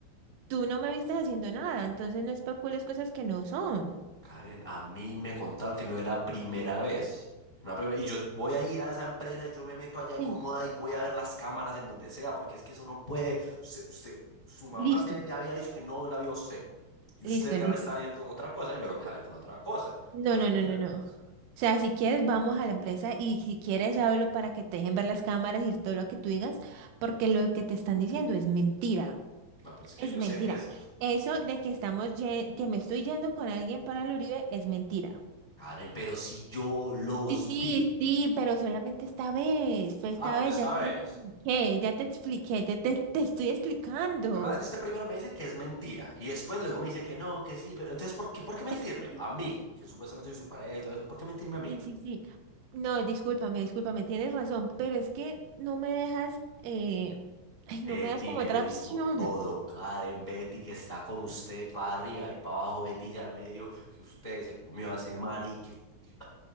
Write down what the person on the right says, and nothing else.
tú no me viste haciendo nada, entonces no especules cosas que no son. <laughs>
Mm.
Listo,
listo,
listo.
No,
no,
no, no, no. O sea, si quieres, vamos a la empresa y si quieres, hablo para que te dejen ver las cámaras y todo lo que tú digas, porque lo que te están diciendo es mentira.
Es
mentira.
Eso de que estamos, ye- que me estoy yendo con alguien para el Uribe es mentira.
Sí,
sí, pero solamente esta vez, fue esta
vez,
ya te
expliqué, ya te expliqué, te, te, te estoy explicando.
<laughs>
Sí, sí, sí. No, discúlpame, discúlpame, tienes razón, pero es que no me dejas, eh, <clears throat> ay,
no me das como
otra
opción.